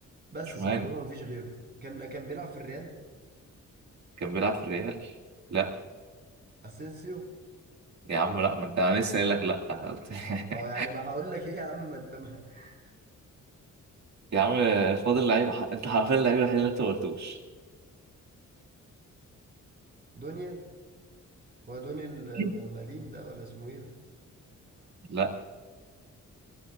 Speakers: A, on the right; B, on the right.
A: بس
B: مش
A: صاحبي
B: مهاجم
A: هو مفيش غيره كان كان بيلعب في الريال
B: كان بيلعب في الريال لا
A: اسينسيو
B: يا عم لا ما انت انا لسه قايل لك لا
A: طب ما هو يعني ما هقول لك ايه يا عم ما انت ما <laughs>
B: <laughs> يا عم فاضل لعيب ح- انت حرفيا اللعيب الوحيد اللي انت ما قلتوش
A: دونيال هو دونيال
B: <laughs>
A: م- مالين ده ولا اسمه ايه ده
B: لا